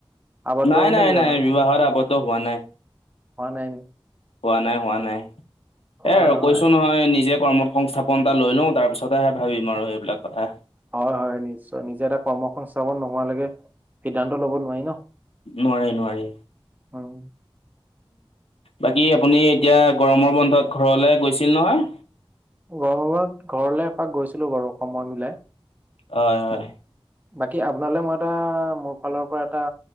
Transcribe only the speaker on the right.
আৱদ্ধ
হ'ল নেকি
আপুনি?
হোৱা নাই নে?
হয়
হয়
হয় হয় নিশ্চয় নিজে এটা কৰ্ম সংস্থাপন নোহোৱালৈকে সিদ্ধান্ত ল'ব নোৱাৰি ন।
উহ।
গৰমত বন্ধ, ঘৰলে এপাক গৈছিলো বাৰু সময় মিলাই।
বাকী আপোনালে মই এটা, মোৰ ফালৰ পৰা এটা